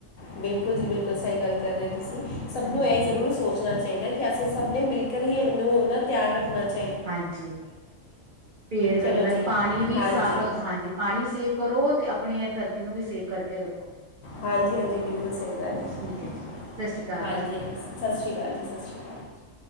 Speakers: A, on the left; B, on the right.
A: ਬਿਲਕੁਲ ਜੀ ਬਿਲਕੁਲ ਸਹੀ ਗੱਲ ਕਰ ਰਹੇ ਹੋ ਤੁਸੀਂ ਸਭ ਨੂੰ
B: ਹਾਂਜੀ
A: ਇਹ ਜ਼ਰੂਰ ਸੋਚਣਾ ਚਾਹੀਦਾ! ਕਿ ਅਸੀਂ ਸਭ ਨੇ ਮਿਲ ਕਰ ਹੀ ਇਹਨੂੰ ਧਿਆਨ ਰੱਖਣਾ ਚਾ!
B: ਹਾਂਜੀ,,,,, ਪੇੜ ਕੱਟਣਾ
A: ਚਲੋ ਜੀ
B: ਪਾਣੀ ਵੀ
A: ਹਾਂਜੀ
B: ਸਾ,, ਹਾਂਜੀ ਪਾਣੀ ਵੀ ਸੇਵ ਕਰੋ ਤੇ ਆਪਣੀ ਇਹ ਧਰਤੀ ਨੂੰ ਵੀ ਸੇਵ ਕਰਕੇ ਰੱਖੋ!
A: ਹਾਂਜੀ ਹਾਂਜੀ ਬਿਲਕੁਲ ਸਹੀ ਗੱਲ ਐ,,,,,
B: ਠੀਕ ਹੈ ਜੀ ਸਤਿ ਸ੍ਰੀ ਅਕਾਲ
A: ਹਾਂਜੀ ਹਾਂ ਸਤਿ ਸ਼੍ਰੀ ਅਕਾਲ ਜੀ ਸਤਿ ਸ਼੍ਰੀ ਅਕਾਲ,
B: <inaudible>